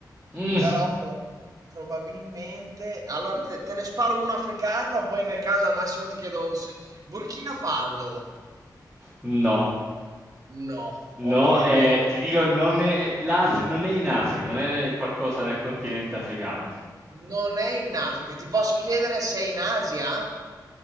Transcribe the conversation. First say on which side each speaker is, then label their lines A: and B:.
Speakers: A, in the centre; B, on the right.
A: Mm.
B: però pro- probabilmente... Allora te, te ne sparo uno africano, poi nel caso al massimo ti chiedo se... Burkina Faso?
A: No,
B: No,
A: no,
B: ok.
A: eh, ti dico, non è, l'Af- non è in Africa, non è qualcosa nel continente africano.
B: Non è in Africa. Ti posso chiedere se è in Asia?